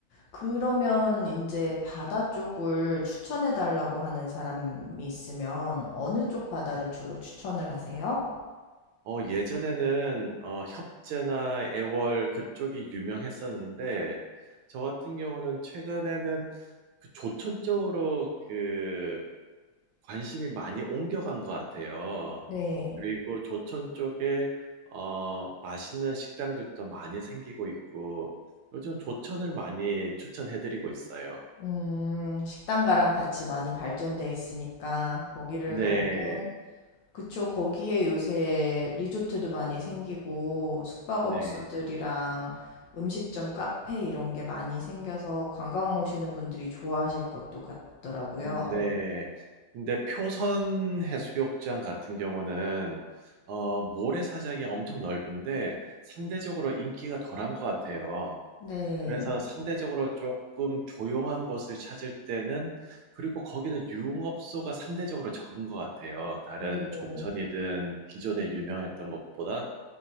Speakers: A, on the left; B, on the right.
A: 그러면 이제 바다 쪽을 추천해 달라고 하는 사람이 있으면 어느 쪽 바다를 주로 추천을 하세요?
B: 어, 예전에는 어, 협재나 애월 그쪽이 유명했었는데 저 같은 경우는 최근에는 그 조천 쪽으로 그 관심이 많이 옮겨간 것 같아요.
A: 네.
B: 그리고 조천 쪽에 어, 맛있는 식당들도 많이 생기고 있고 요즘 조천을 많이 추천해드리고 있어요.
A: 음 식당가랑 같이 많이 발전돼 있으니까 거기를
B: 네,
A: 가면은 그쵸. 거기에 요새 리조트도 많이 생기고 숙박업소들이랑
B: 네,
A: 음식점, 카페 이런 게 많이 생겨서 관광 오시는 분들이 좋아하실 것도 같더라고요.
B: 네. 근데 표선 해수욕장 같은 경우는 어, 모래사장이 엄청 넓은데 상대적으로 인기가 덜한 것 같아요.
A: 네.
B: 그래서 상대적으로 조금 조용한 곳을 찾을 때는 그리고 거기다 유흥업소가 상대적으로 적은 것 같아요. 다른
A: 네.
B: 조천이든 기존에 유명했던 것보다.